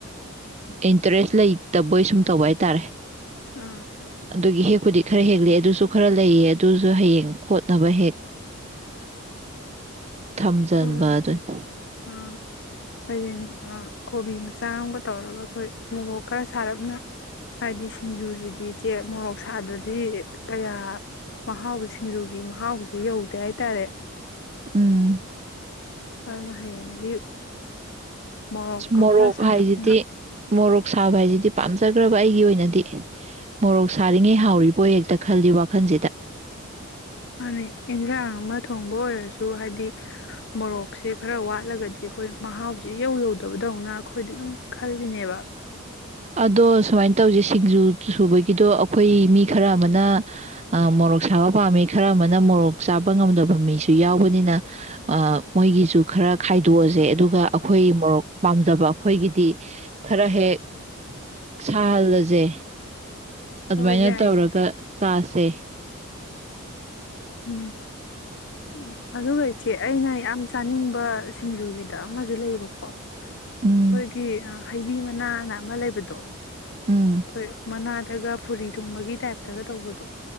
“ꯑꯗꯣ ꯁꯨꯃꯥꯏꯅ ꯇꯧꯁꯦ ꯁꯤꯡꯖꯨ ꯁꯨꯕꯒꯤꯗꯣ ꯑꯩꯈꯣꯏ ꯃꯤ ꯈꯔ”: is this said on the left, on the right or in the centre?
Right